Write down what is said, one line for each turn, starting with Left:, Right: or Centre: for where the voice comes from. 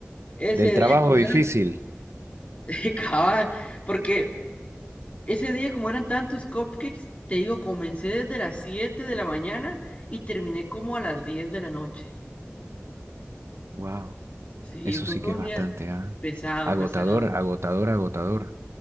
Left: ese
Right: Del trabajo
Left: día como
Right: difícil.
Left: eran, <laughs> cabal, porque Ese día, como eran tantos cupcakes, te digo, comencé desde las 7 de la mañana y terminé como a las 10 de la noche.
Right: Wow.
Left: Sí,
Right: Eso
Left: fue,
Right: sí
Left: fue
Right: que
Left: un
Right: es
Left: día
Right: bastante, ah,
Left: pesado,
Right: Agotador,
Left: pesado.
Right: agotador, agotador.